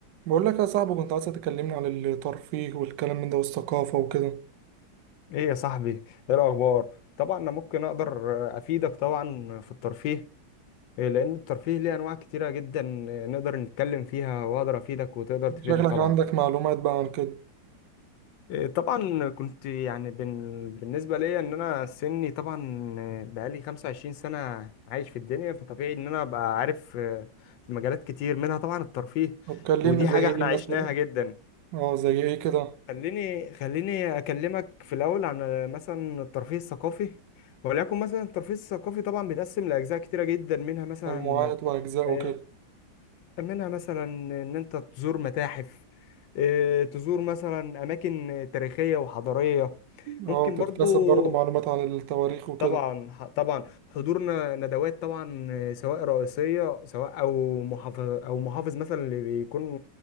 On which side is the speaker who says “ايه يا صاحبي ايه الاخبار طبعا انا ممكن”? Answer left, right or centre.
Left